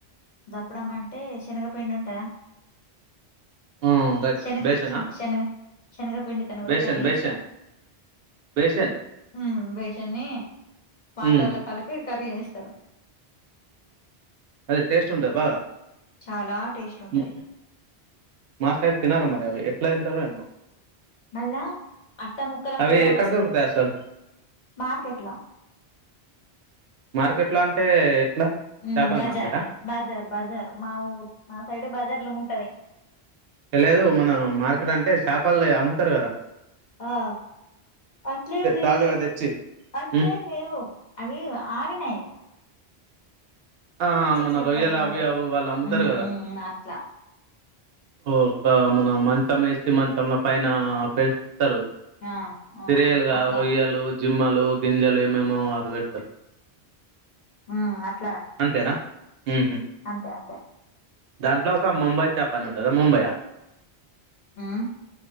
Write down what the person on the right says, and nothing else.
ఉ రైట్
బేసనా
బేసన్
బేసన్
బేసన్
ఉ
అదే టేస్ట్ ఉంటద బాగా
మే మా సైడ్ తినరు మరి అవి ఎట్లా తింటారో ఏమో
అవి
ఎక్కడ
దొరుకుతాయి అసలు
మార్కెట్ లో అంటే ఎట్లా చేపల
మార్కెటా
తెలిదు మన మార్కెట్ అంటే షాపాలు అమ్ముతారు కదా
తాజాగా తెచ్చి
ఉమ్,
ఆ ఆ మన
రొయ్యలు
అవి అవి వాళ్ళు అమ్ముతారు
కదా
ఓ ఒక మన మంచం వేసి మంచంల పైన పె స్తారు
సిరియల్గా
రొయ్యలు జిమ్మాలు గింజాలు ఏమేమో ఆది పెడుతరు
అంతేనా ఉహు.
దాంట్లో ఒక ముంబై చేపని ఉంటుంద ముంబయ